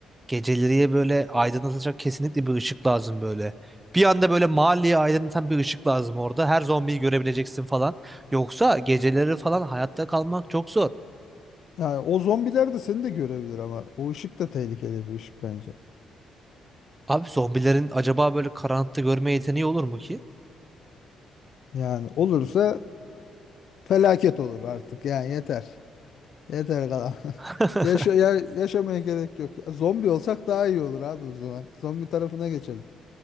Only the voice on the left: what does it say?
Yani o zombiler de seni de görebilir ama o ışık da tehlikeli bir ışık bence.
Yani olursa Felaket olur artık yani yeter. Yeter kalan. <laughs>
Yaşa, ya- yaşamaya gerek yok. Ya, zombi olsak daha iyi olur abi o zaman. Zombi tarafına geçelim.